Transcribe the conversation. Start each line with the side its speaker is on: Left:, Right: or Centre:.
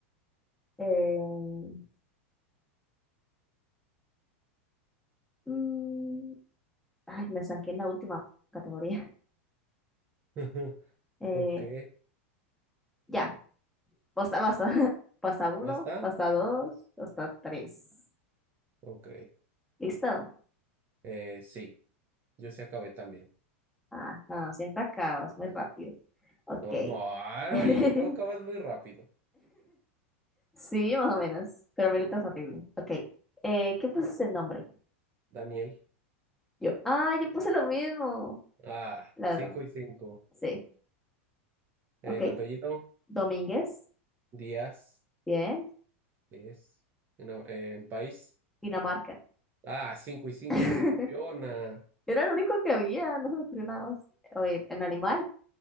Centre: Eh, mm, ay, me estanqué en la última categoría.
Right: <laughs>
Centre: Eh,
Right: ¿Por qué?
Centre: ya. Pasta, pasta, <laughs> pasta uno,
Right: ¿Basta?
Centre: pasta dos, pasta tres.
Right: Ok.
Centre: ¿Listo?
Right: Eh, sí, yo sí acabé también.
Centre: Ah, no, siempre acabas muy rápido. Ok.
Right: No, no, ay,
Centre: <laughs>
Right: tú acabas muy rápido.
Centre: Sí, más o menos. Pero mi letra es horrible. Ok. Eh, ¿qué puse el nombre?
Right: Daniel.
Centre: Yo. Ah, yo puse lo mismo.
Right: Ah,
Centre: Ladrón.
Right: 5 y 5.
Centre: Sí. Ok.
Right: En apellido,
Centre: Domínguez.
Right: Díaz.
Centre: Bien.
Right: Díaz. En, a- en país.
Centre: Dinamarca.
Right: Ah, 5 y 5.
Centre: <laughs>
Right: Qué copiona.
Centre: Era el único que había. No se me ocurrió nada más. Oye, en animal.